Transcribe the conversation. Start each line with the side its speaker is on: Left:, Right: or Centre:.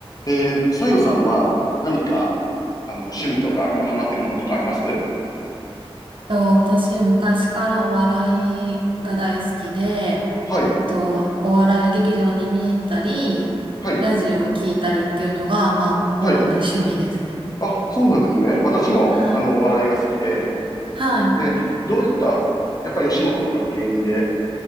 Left: えー、さよさんは何か、あの、趣味とか、今ハマってるものとかあります
Right: と、私、昔からお笑いが大好きで、え
Left: はい、
Right: っと、お笑い劇場に見に行ったり、
Left: はい、
Right: ラジオを聞いたりっていうのが、まあ、
Left: はい。
Right: 主な趣味ですね。
Left: あ、そうなんですね。私も、
Right: はい。
Left: あの、お笑いが好きで、
Right: はい。
Left: で、どういった、やっぱ吉本とかの芸人で、